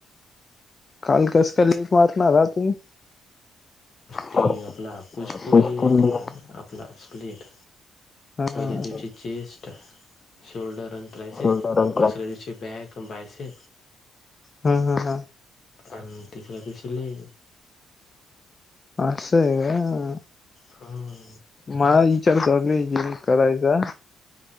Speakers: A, on the left; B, on the left.
A: काल कस काय लेग मारणार आहात तुम्ही?
B: ते
A: पुष्पुंनी
B: आपला पुसपुल डे आहे ना. आपला स्लीट
A: हा.
B: पहिला त्याचा चेस्ट, शोल्डर. <unintelligible>
A: हम्म.
B: से दुसऱ्या दिवशी बॅग बायसे.
A: हा हा हा
B: आणि तिसऱ्या दिवशी लेग.
A: आसय का?
B: हां
A: मला विचार करायलोय जिम करायचा